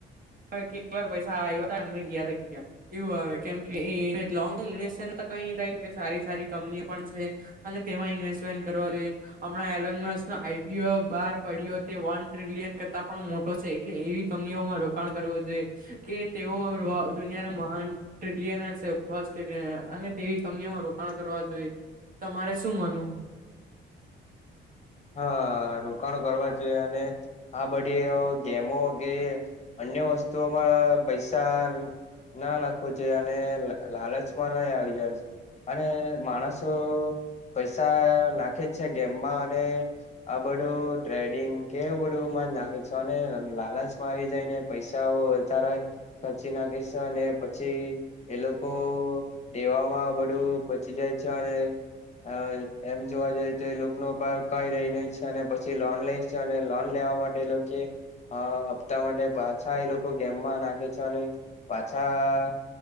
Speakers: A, on the right (about 45°); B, on the left (about 35°).
A: હ કે એક વાર પૈસા આવ્યા હતા એ ગયા ત ગયા એવું હ કેમ કે એ લોંગ ઇન્વેસ્ટન્ટ તો કઈ થાય સારી સારી કંપની પણ છે. અને તેમાં ઇન્વેસ્ટમેન્ટ કરવા જોઈએ હમણાં એલ આઈપીલ બ પડ્યો તે વન ટ્રિલિયન કરતાં પણ મોટો છે એટલે એવી કંપનીઓમાં રોકાણ કરવું જોઈએ. કે તેઓ દુનિયાના મહાન ટ્રિલિયન હશે ફસ્ટ અને તેવી કંપનીઓ રો કરવા જોઈએ. તમારે શું માનવું?
B: હા રોકાણો કરવા જોઈએ અને આ બડી ગેમો કે અન્ય વસ્તુઓમાં પૈસા ના નાખો જે અને લાલચમાં ના આવી જાયજ. અને માણસો પૈસા નાખે જ છે ગેમમાં અને આ બધું ટ્રેડિંગ કેવું બધું જ નાખે છે અને લાલચમાં આવી જાયને પૈસાઓ વધારે ખર્ચી નાખે છે અને પછી એ લોકો દેવામાં બધું પચી જાય છે અને હા એમ જોવા જઈ તો લોકનો પાર્ક ચકાઈ દઈને છે અને પછી લોન લે છે અને લોન લેવા માટે લોકે હા હપ્તા માટે પાછા એ લોકો ગેમમાં નાખે છે અને પાછા